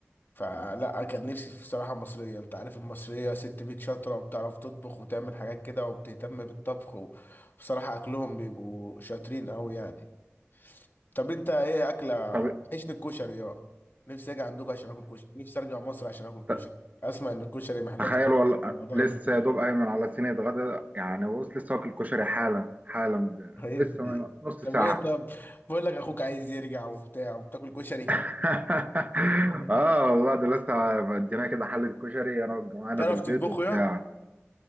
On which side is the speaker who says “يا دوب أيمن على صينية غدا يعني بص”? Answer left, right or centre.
Right